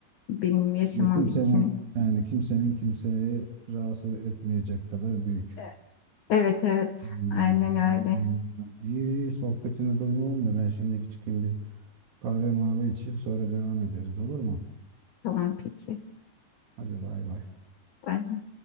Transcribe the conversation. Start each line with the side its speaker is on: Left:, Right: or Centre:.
Left: benim yaşamam
Right: Yani kimsenin
Left: için.
Right: yani kimsenin kimseyi rahatsız etmeyecek kadar büyük.
Left: E, Evet evet
Right: Hmm,
Left: aynen öyle.
Right: anladım. İyi, iyi sohbetine doyum olmuyor. Ben şimdi çıkayım bir kahve mavi içeyim sonra devam ederiz olur mu?
Left: Tamam peki.
Right: Hadi bay bay.
Left: Ben